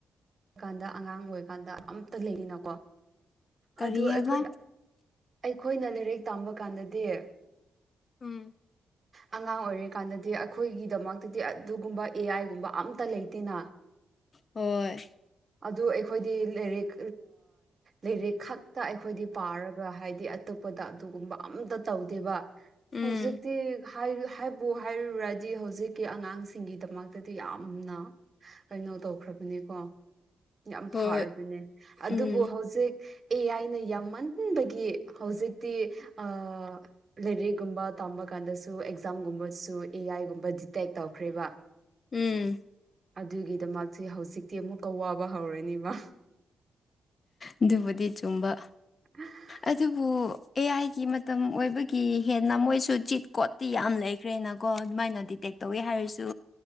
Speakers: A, on the right; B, on the left.
A: ꯀꯥꯟꯗ ꯑꯉꯥꯡ ꯑꯣꯏꯔꯀꯥꯟꯗ ꯑꯝꯇ ꯂꯩꯔꯤꯅꯀꯣ
B: ꯀꯔꯤ
A: ꯑꯗꯨ ꯑꯩꯈꯣꯏꯗ
B: ꯍꯥꯏꯕ
A: ꯑꯩꯈꯣꯏꯅ ꯂꯥꯏꯔꯤꯛ ꯇꯝꯕ ꯀꯥꯟꯗꯗꯤ
B: ꯎꯝ
A: ꯑ ꯑꯉꯥꯡ ꯑꯣꯏꯔꯤꯀꯥꯟꯗꯗꯤ ꯑꯩꯈꯣꯏꯒꯤꯗꯃꯛꯇꯗꯤ ꯑꯗꯨꯒꯨꯝꯕ ꯑꯦ ꯑꯥꯏꯒꯨꯝꯕ ꯑꯝꯇ ꯂꯩꯇꯦꯅ
B: ꯍꯣꯏ
A: ꯑꯗꯨ ꯑꯩꯈꯣꯏꯗꯤ ꯂꯥꯏꯔꯤꯛ ꯂꯩꯔꯤꯛ ꯈꯛꯇ ꯑꯩꯈꯣꯏꯗꯤ ꯄꯥꯔꯒ ꯍꯥꯏꯗꯤ ꯑꯇꯣꯞꯄꯗ ꯑꯗꯨꯒꯨꯝꯕ ꯑꯝꯇ ꯇꯧꯗꯦꯕ
B: ꯎꯝ
A: ꯍꯧꯖꯤꯛꯗꯤ ꯍꯥꯏꯕꯨ ꯍꯥꯏꯔꯨꯔꯗꯤ ꯍꯧꯖꯤꯛꯀꯤ ꯑꯉꯥꯡꯁꯤꯡꯒꯤꯗꯃꯛꯇꯗꯤ ꯌꯥꯝꯅ ꯀꯩꯅꯣ ꯇꯧꯈ꯭ꯔꯕꯅꯦꯀꯣ ꯌꯥꯝ
B: ꯍꯣꯏ
A: ꯐꯔꯕꯅꯦ ꯑꯗꯨꯕꯨ
B: ꯎꯝ
A: ꯍꯧꯖꯤꯛ ꯑꯦ ꯑꯥꯏꯅ ꯌꯥꯝꯃꯟꯕꯒꯤ ꯍꯧꯖꯤꯛꯇꯤ ꯑꯥ ꯂꯥꯏꯔꯤꯛꯀꯨꯝꯕ ꯇꯝꯕ ꯀꯥꯟꯗꯁꯨ ꯑꯦꯛꯖꯥꯝꯒꯨꯝꯕꯁꯨ ꯑꯦ ꯑꯥꯏꯒꯨꯝꯕ ꯗꯤꯇꯦꯛ ꯇꯧꯈ꯭ꯔꯦꯕ
B: ꯎꯝ
A: ꯑꯗꯨꯒꯤꯗꯃꯛꯁꯦ ꯍꯧꯖꯤꯛꯇꯤ ꯑꯃꯨꯛꯀ ꯋꯥꯕ ꯍꯧꯔꯅꯦꯕ
B: ꯑꯗꯨꯕꯨꯗꯤ ꯆꯨꯝꯕ
A: ꯎꯝ
B: ꯑꯗꯨꯕꯨ ꯑꯦ ꯑꯥꯏꯒꯤ ꯃꯇꯝ ꯑꯣꯏꯕꯒꯤ ꯍꯦꯟꯅ ꯃꯣꯏꯁꯨ ꯖꯤꯠ ꯀꯣꯠꯇꯤ ꯌꯥꯝ ꯂꯩꯈ꯭ꯔꯦꯅ ꯀꯣ ꯑꯗꯨꯃꯥꯏꯅ ꯗꯤꯇꯦꯛ ꯇꯧꯋꯦ ꯍꯥꯏꯔꯁꯨ